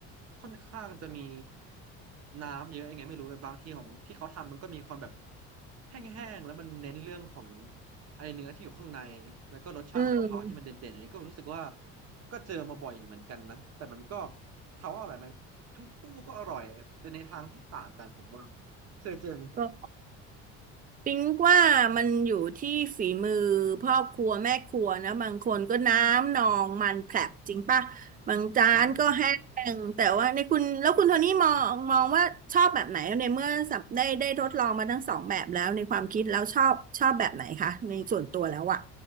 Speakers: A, on the right; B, on the right.
A: ค่อนข้างจะมีน้ำเยอะยังไงไม่รู้แบบบางทีของที่เขาทำมันก็มีความแบบแห้งๆแล้วมันเน้นเรื่องของไอเนื้อที่อยู่ข้างในแล้วก็รสชาติของกะเพราที่มันเด่นๆอันนี้ก็รู้สึกว่า
B: อืม
A: ก็เจอมาบ่อยเหมือนกันนะแต่มันก็ถามว่าอร่อยไหมทั้งคู่ก็อร่อยแต่ในทางที่ต่างกันผมว่าเคยเจอไหม
B: ก็ปิ๊งว่ามันอยู่ที่ฝีมือพ่อครัวแม่ครัวนะบางคนก็น้ำนองมันแผลบจริงป่ะบางจานก็แห้งแต่ว่าในคุณแล้วคุณโทนี่มองมองว่าชอบแบบไหนในเมื่อสับได้ได้ทดลองมาทั้งสองแบบแล้วในความคิดแล้วชอบชอบแบบไหนคะในส่วนตัวแล้วอะ
A: ใช่